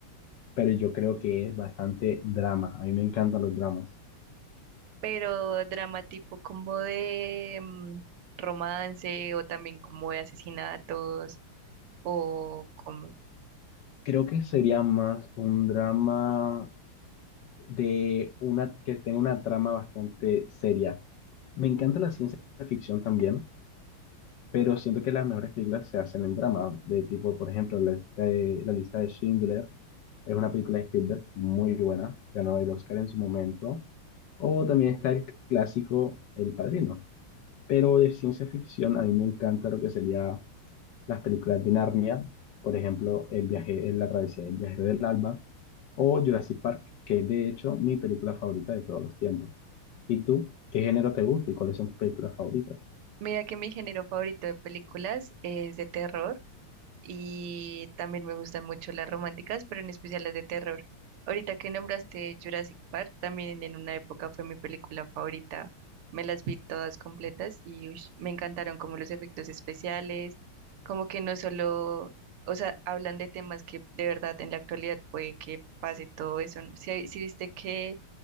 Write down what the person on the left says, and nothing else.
pero yo creo que es bastante drama. A mí me encantan los dramas.
Creo que sería más un drama de una que tenga una trama bastante seria. Me encanta la ciencia ficción también, pero siento que las mejores películas se hacen en drama, de tipo, por ejemplo, la lista de, la lista de Schindler Es una película de Spielberg muy buena, ganó el Oscar en su momento. O también está el clásico El Padrino. Pero de ciencia ficción a mí me encanta lo que sería las películas de Narnia, por ejemplo, El viaje, en la travesía del viajero del alba o Jurassic Park, que es de hecho mi película favorita de todos los tiempos. ¿Y tú? ¿Qué género te gusta y cuáles son tus películas favoritas?